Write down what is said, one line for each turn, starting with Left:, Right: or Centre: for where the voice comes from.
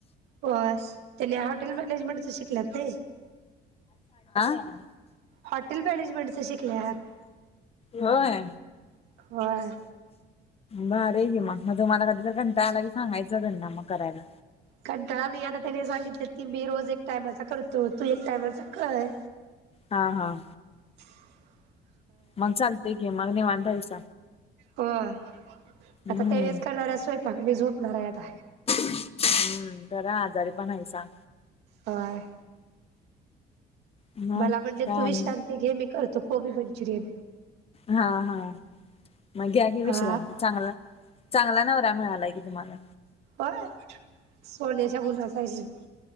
Right: बस त्याने हॉटेल मॅनेजमेंटच शिकल्यात काय.
Left: ला
Right: हॉटेल मॅनेजमेंट च शिकल्यात
Left: होय.
Right: होय
Left: भारी आहे की मग मग तुम्हाला कधी तर कंटाळा आला की सांगायचा त्यांना मग करायला.
Right: कंटाळा नाही आता त्यानी सांगितलं की मी रोज टायमाचा करतो तू एक टायमाचा कर.
Left: हा हा.
Right: हं.
Left: मग चालतेय की मग निवांत हायस.
Right: हो आता
Left: हम्म
Right: त्यांनीच करणार आहे स्वयंपाक मी झोपणार आहे आता.
Left: हम्म जरा आजारी पण आहे सां
Right: व्हय.
Left: मग
Right: मला म्हणले
Left: काय
Right: तू विश्रांती
Left: आणि
Right: घे मी करतो कोबी मंचुरियन
Left: हा हा मग घ्याकी विश्रांती
Right: हा
Left: चांगल. चांगला नवरा मिळालाय की तुम्हाला.
Right: हो सोन्याच्या गुलापाहिजेत.